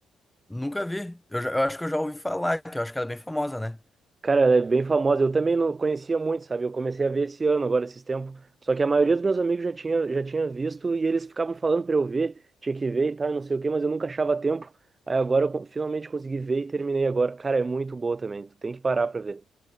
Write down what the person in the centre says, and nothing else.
Nunca vi. Eu, já- eu acho que eu já ouvi falar, que eu acho que ela é bem famosa, né?